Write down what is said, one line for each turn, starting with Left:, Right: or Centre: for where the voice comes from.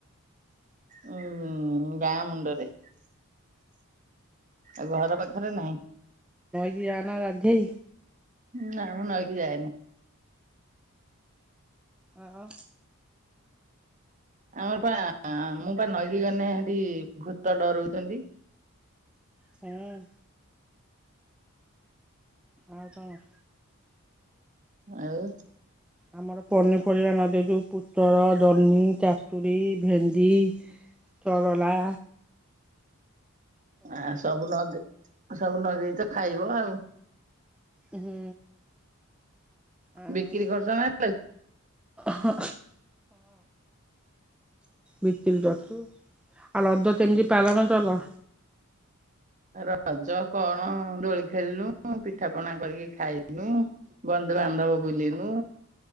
Right: ହୁଁ, ଗାଁ ମୁଁଣ୍ଡରେ ଆଉ, ଘର ପାଖରେ ନାହିଁ।
Centre: ଦି ଆଣ ଗାଧେଇ
Right: ନା, ମୁଁ ନଈକି ଯାଏନି।
Centre: ଆ ଉ।
Right: ଆମର ପା, ମୁଁ ପା ନଈକି ଗନେ ହେଠି ଭୂତ ଡରଉଛନ୍ତି।
Centre: ହୁଁ। ଆଉ କଣ?
Right: ଆଉ।
Centre: ଆମର ପନିପରିବା ନଦୀ ଯୋଉ ପୁତଳ, ଜହ୍ନି ଚାଷୁ ପୀ, ଭେଣ୍ଡି, ତରଲା।
Right: ଆ ସବୁ ନଗେ ସବୁ ନଗେଇ ତ ଖାଇବ ଆଉ।
Centre: ହୁଁ। ଆଉ
Right: ବିକ୍ରି କରଛ ନାଲୋ?
Centre: ହଁ। ଭିତିରି ତରୁଥୁଲୁ। ଆଉ ରଦ ତେମିତି ପାଲନ ତଲା?
Right: ରଜ କଣ? ଦୋଳି ଖେଳିଲୁ, ପିଠା ପଣା କରିକି ଖାଇନୁ, ବ ଏ ବାଣ୍ଡବ ବୁଲିନୁ।